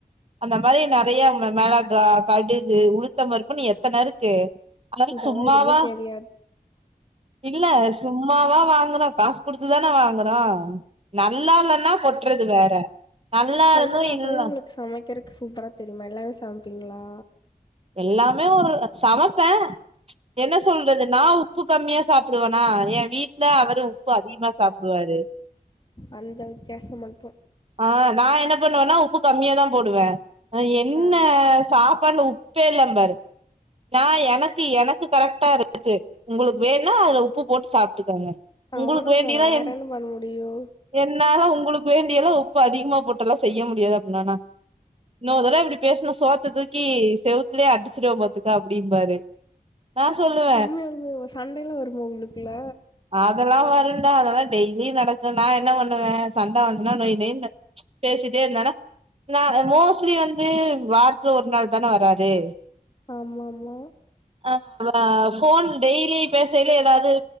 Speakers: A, on the right; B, on the left.
A: அந்த மாரி நெறையா ம ம மெளகா, கடுகு, உளுத்தம்பருப்புன்னு எத்தன இருக்கு அதெல்லா
B: இதெல்லாம்
A: சும்மாவா
B: எதுவுமே தெரியாது
A: இல்ல சும்மாவா வாங்குறோ காஸ் குடுத்துதான வாங்குறோ நல்லால்லன்னா கொட்றது வேற நல்லா
B: கல்யாணப்பவே
A: இருந்து இல்ல
B: உங்களுக் சமைக்கறக் சூப்பரா தெரியுமா எல்லாமே சமைப்பீங்ளா
A: எல்லாமே ஒரு அ சமப்பே என்ன சொல்றது நா உப்பு கம்மியா சாப்புடுவனா எ வீட் ல அவரு உப்பு அதிகமா சாப்டுவாரு
B: அந்த வித்யாசோ மட்டு
A: ஆ நா என்ன பண்ணுவன்னா உப்பு கம்மியாதா போடுவே அ என்ன
B: ஆ
A: சாப்பாட்ல உப்பே இல்லம்பாரு நா எனக்கு எனக்கு கரெக்ட்டா இருக்கு உங்களுக் வேணா அதுல உப்பு போட்டு சாப்ட்டுக்கங்க
B: அவளோ
A: உங்களுக்கு வேண்டியெல்லா
B: தா வேறென்ன
A: என்
B: பண்ண முடியு
A: என்னால உங்களுக் வேண்டியல்லா உப்பு அதிகமா போட்டெல்லா செய்ய முடியாது அப்பிட்னானா இன்னோரு தடவ இப்டி பேஸ்ன சோத்த தூக்கி செவுத்துலயே அடிச்சுருவ பாத்துக்க அப்டிம்பாரு நா சொல்லுவ
B: உண்மையால்மே சண்டைல்லா வருமா உங்ளுக்குல்ல
A: அதெல்லா வருண்டா அதெல்லா டெய்லி நடக்கு நா என்ன பண்ணுவே சண்ட வந்ச்சுன்னா நொய் நொய்னு பேசிட்டே இருந்தானா நா அ மோஸ்ட்லி வந்து வார்த்துல ஒரு நாள் தான வராரு
B: ஆமா ஆமா
A: ஆ <inaudible> வ ஃபோன் டெய்லி பேசலைல எதாவ்து